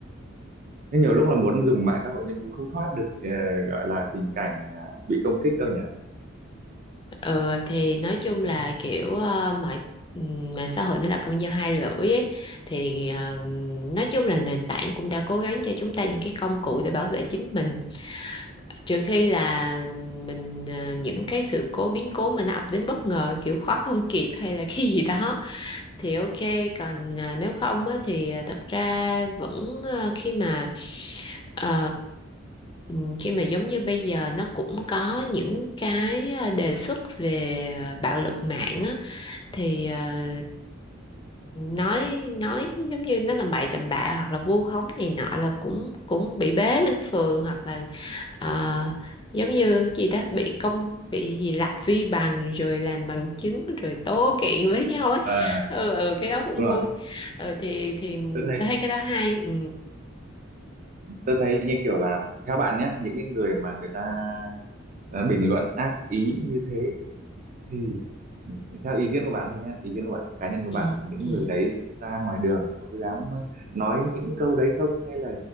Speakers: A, on the right; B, on the left.
A: thế nhiều lúc là muốn dùng mạng xã hội nhưng cũng không thoát được ờ, gọi là tình cảnh à, bị công kích đâu nhỉ
B: ừ thì nói chung
A: <laughs>
B: là
A: Ừ.
B: kiểu ờ, mọi ừm, mạng xã hội nó là con dao hai lưỡi ấy. thì ờ, nói chung là nền tảng cũng đã cố gắng cho chúng ta những cái công cụ để bảo vệ chính mình trừ khi là mình ờ, những cái sự cố biến cố mà nó ập đến bất ngờ kiểu khóa không kịp hay là cái gì đó thì ok còn ờ, nếu không á, thì ờ, thật ra vẫn ờ, khi mà ờ, ừm, khi mà giống như bây giờ nó cũng có những cái ờ, đề xuất về ờ, bạo lực mạng á thì ờ, nói nói giống như nó tầm bậy tầm bạ hoặc là vu khống này nọ là cũng cũng bị bế lên phường hoặc là ờ, giống như gì đó bị công bị gì lập vi bằng rồi làm bằng chứng rồi tố kiện với nhau ấy
A: à,
B: ừ, ừ cái đó cũng
A: đúng
B: vui
A: rồi
B: ừ, thì thì
A: tôi thấy
B: tôi thấy cái đó hay ừ,
A: tôi thấy như kiểu là theo bạn nhé những cái người mà người ta à, bình luận ác ý như thế thì theo ý kiến của bạn thôi nhé ý kiến của bạn cá nhân của
B: ừ,
A: bạn thì những
B: ừ.
A: người đấy ra ngoài đường có dám nói những câu đấy không hay là